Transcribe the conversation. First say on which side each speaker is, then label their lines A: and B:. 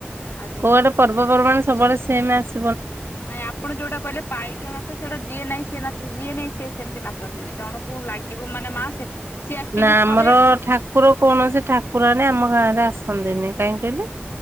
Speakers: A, on the left (about 65°); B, on the right (about 65°).
A: ଆଜ୍ଞା।
B: କୋଉ ଆଡେ ପର୍ବପର୍ବାଣୀ ସବୁବେଳେ ସେମ ଆସେ
A: ନାଇଁ ଆପଣ ଯୋଉଟା କହିଲେ ପାଇକଣା ସେଟା ଯିଏ ନାଇଁ ସି ନାଚ ଯିଏ ନାଇଁ ସେ ସେମିତି ନାଚନ୍ତିନି ଜଣଙ୍କୁ ଲାଗିବ ମାନେ ମା ସେ ସିଏ ଆକ୍ଚୁଆଲି
B: ନା ଆମର
A: ଥରେ
B: ଠାକୁର କୌଣସି ଠାକୁରଣୀ ଆମ ଗାଁ ରେ ଆସନ୍ତିନି କାହିଁ କହିଲେ?